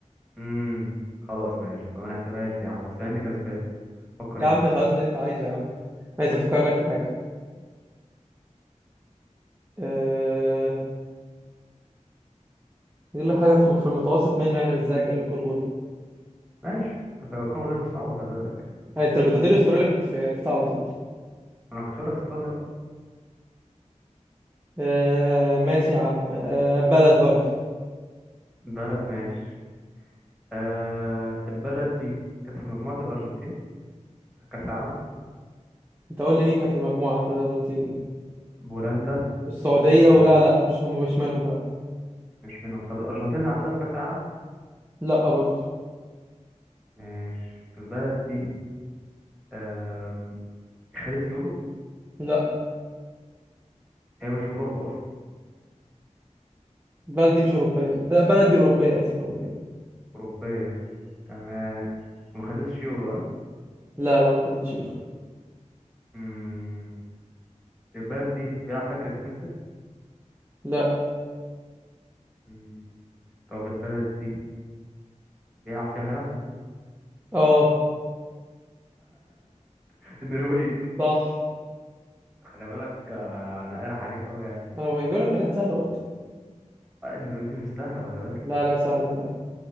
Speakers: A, in the centre; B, on the right.
A: امم خلاص ماشي بقى ما نحسبهاش يا عم بس انا كسبان فكر
B: يا
A: انت
B: عم
A: يا عم
B: خلاص اللي انت عايزه يا عم عايز افكر لك في حاجه أه... يقول لك حاجه في في المتوسط منه يعني مش زيك قال لي الكونغر
A: ماشي كونغو دي مش صعبة خلي بالك
B: يعني انت لو كنت هتقولي استراليا كنت في عرفتها على طول
A: أنا كنت بقولك أستراليا بقى.
B: أه... ماشي يا عم أه... بلد برضو
A: بلد ماشي آه البلد دي كانت في مجموعة الأرجنتين بتاع كأس العالم
B: انت قول لي مين كان في المجموعة بتاعت الأرجنتين
A: بولندا
B: السعودية
A: ومش
B: ولا لا مش هم مش منهم لا
A: منهم طب الأرجنتين لعبتها في كأس العالم
B: لا برضه
A: ماشي البلد دي آم، خدت يورو
B: لا
A: هي مش في أوروبا أصلا
B: بلدي مش أوروبية لا بلدي أوروبية آسف أوروبية
A: أوروبية تمام وما خدتش يورو ها
B: لا لا ما خدتش يورو
A: مم. البلد دي بيلعب فيها كريستنسن
B: لا
A: مم. طب البلد دي بيلعب فيها هالاند
B: اه
A: <laughs> النرويج
B: صح
A: خلي بالك آه، انا قارح عليك قوي يعني
B: أنا بجيب لك بلاد سهلة برضه
A: آه، ان الرود دي مش سهله خلي بالك
B: لا لا سهلة سهلة